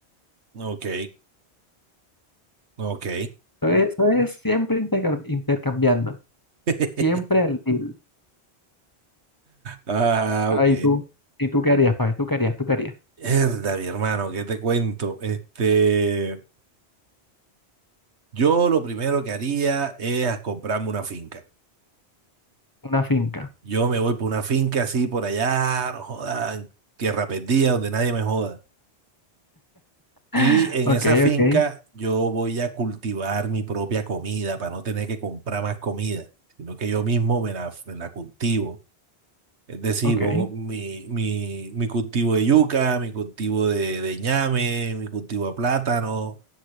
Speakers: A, on the right; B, on the left.
A: Ok, ok.
B: Entonces, eso es siempre interca- intercambiando,
A: <laughs>
B: siempre al deal.
A: Ah,
B: Ah,
A: ok.
B: ¿y tú, ¿y tú qué harías, Pablo? ¿Tú qué harías? ¿Tú qué harías?
A: Herda, mi hermano, ¿qué te cuento? Este, yo lo primero que haría es a comprarme una finca.
B: Una finca. <gasps>
A: Yo me voy por una finca así por allá, no jodan, tierra perdida, donde nadie me joda. Y
B: <laughs>
A: en
B: Ok,
A: esa finca
B: ok,
A: yo voy a cultivar mi propia comida para no tener que comprar más comida, sino que yo mismo me la, me la cultivo. Es decir,
B: ok.
A: pongo mi, mi, mi cultivo de yuca, mi cultivo de, de ñame, mi cultivo de plátano,